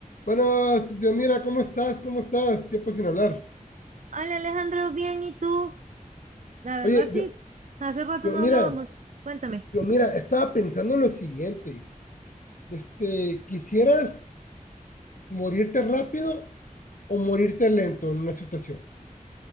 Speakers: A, on the left; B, on the right.
A: Buenas, Dios mira, ¿cómo estás? ¿Cómo estás? Tiempo sin hablar.
B: Hola Alejandro, bien, ¿y tú? La verdad
A: Oye, Dios,
B: sí, hace rato
A: Dios
B: no
A: mira,
B: hablábamos. Cuéntame.
A: Dios mira, estaba pensando en lo siguiente. Este, ¿quisieras morirte rápido o morirte lento en una situación?